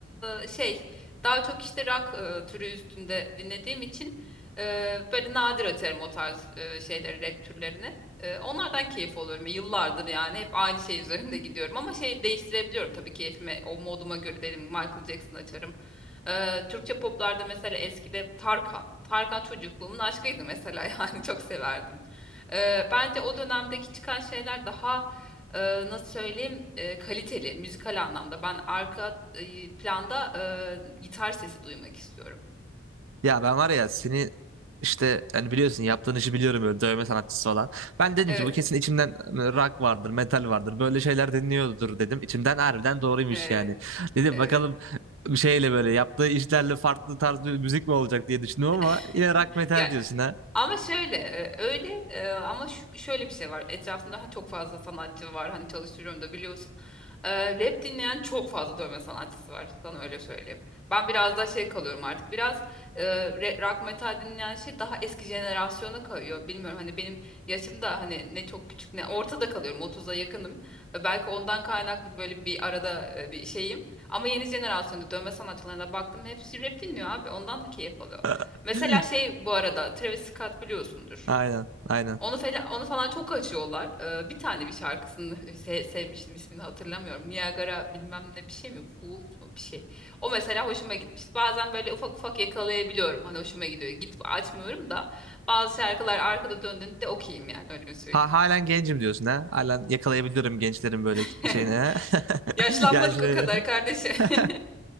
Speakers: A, in the centre; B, on the right (about 90°).
A: e, şey daha çok işte rock e, türü üstünde dinlediğim için Eee, böyle nadir açarım o tarz eee, şeyleri, rap türlerini. Eee, onlardan keyif alıyorum. Yıllardır yani hep aynı şey <laughs> üzerinde gidiyorum. Ama şey değiştirebiliyorum tabii keyfime, o moduma göre dedim. Michael Jackson açarım. Eee, Türkçe poplarda mesela eskide Tarkan. Tarkan çocukluğumun aşkıydı mesela <laughs> yani çok severdim. Eee, bence o dönemdeki çıkan şeyler daha eee, nasıl söyleyeyim eee, kaliteli müzikal anlamda. Ben arka eee, planda eee, gitar sesi duymak istiyorum.
B: Ya ben var ya seni işte hani biliyorsun yaptığın işi biliyorum böyle dövme sanatçısı olan. Ben dedim
A: Evet.
B: ki bu kesin içimden hani, rock vardır, metal vardır. Böyle şeyler dinliyordur dedim. İçimden harbiden doğruymuş
A: Evet.
B: yani. Dedim
A: evet.
B: bakalım bir şeyle böyle yaptığı işlerle farklı tarz bir müzik mi olacak diye düşündüm ama
A: <laughs>
B: yine rock metal
A: Ya
B: diyorsun ha.
A: ama şöyle e, öyle e, ama şu, şöyle bir şey var. Etrafımda hani çok fazla sanatçı var. Hani çalıştırıyorum da biliyorsun. E, rap dinleyen çok fazla dövme sanatçısı var. Sana öyle söyleyeyim. Ben biraz daha şey kalıyorum artık. Biraz e, re- rock metal dinleyen şey daha eski jenerasyona kayıyor. Bilmiyorum hani benim yaşımda hani ne çok küçük ne ortada kalıyorum. 30'a yakınım. E, belki ondan kaynaklı böyle bir arada e, bir şeyim. Ama yeni jenerasyonda dövme sanatçılarına baktım hepsi rap dinliyor abi. Ondan da keyif alıyorum.
B: <laughs>
A: Mesela şey bu arada Travis Scott biliyorsundur.
B: Aynen, aynen.
A: Onu falan, onu falan çok açıyorlar. Ee, bir tane bir şarkısını <laughs> se- sevmiştim ismini hatırlamıyorum. Niagara bilmem ne bir şey mi? Fool mu bir şey. O mesela hoşuma gitmişti. Bazen böyle ufak ufak yakalayabiliyorum. Hani hoşuma gidiyor. Gidip açmıyorum da bazı şarkılar arkada döndüğünde okeyim yani öyle söyleyeyim.
B: Ha, halen gencim diyorsun ha. Halen yakalayabiliyorum gençlerin böyle
A: <laughs>
B: kitle şeyini ha. <laughs>
A: Yaşlanmadık
B: Ya işte.
A: o kadar kardeşim.
B: <laughs>
A: <laughs>